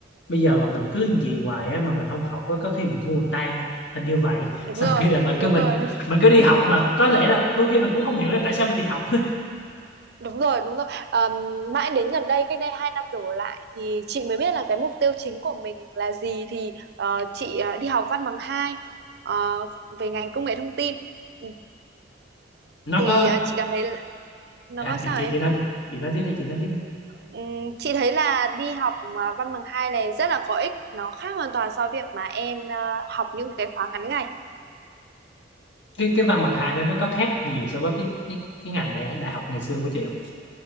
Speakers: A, on the left (about 65°); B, on the right (about 55°).
A: bây giờ mà mình cứ gì hoài á mà mình không học á có khi mình thua người ta hình như vậy
B: đúng
A: <laughs> sau
B: rồi
A: khi là mình
B: đúng
A: cứ mình
B: rồi
A: mình cứ đi học mà có lẽ là đôi khi mình cũng không hiểu là tại sao mình đi học
B: Đúng rồi, đúng rồi. Ờm, mãi đến gần đây, cách đây 2 năm đổ lại thì chị mới biết là cái mục tiêu chính của mình là gì thì ờ, chị ờ, đi học văn bằng 2 ờ, về ngành công nghệ thông tin. Ừ.
A: nó
B: Thì
A: có
B: ờ, chị cảm thấy là- nó
A: à
B: có sao
A: chị chị
B: em?
A: chị nói tiếp- chị nói tiếp đi chị nói tiếp đi.
B: Ừm, chị thấy là đi học mà văn bằng 2 này rất là có ích, nó khác hoàn toàn so với việc mà em ờ, học những cái khóa ngắn ngày.
A: cái cái văn bằng hai
B: Đó,
A: đó nó có khác nhiều so với cái cái cái ngành đại đại học ngày xưa của chị không?